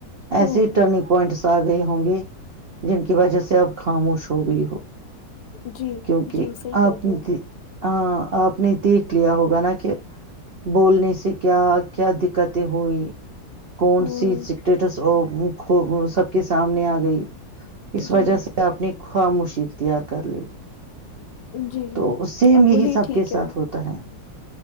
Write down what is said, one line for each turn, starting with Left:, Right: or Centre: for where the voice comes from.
Right: ایسے
Left: ہوں
Right: ہی رننگ پوائنٹ س گئے ہوں گے جن کی وجہ سے اب خاموش ہو گئی ہو
Left: جی
Right: کیونکہ
Left: جی صحی کہتی
Right: آپ نے
Left: ہیں
Right: دی- ہاں آپ نے دیکھ لیا ہوگا نا کہ بولنے سے کیا کیا دقتیں ہوئی کون
Left: ہوں
Right: سی سٹیٹس اف سب کے سامنے آ گئی اس
Left: جی
Right: وجہ سے آپنی خواہ موشی اختیار کر لی
Left: جی
Right: تو سیم
Left: ا
Right: یہی
Left: وہی
Right: سب
Left: ٹھیک
Right: کے ساتھ
Left: ہے
Right: ہوتا ہے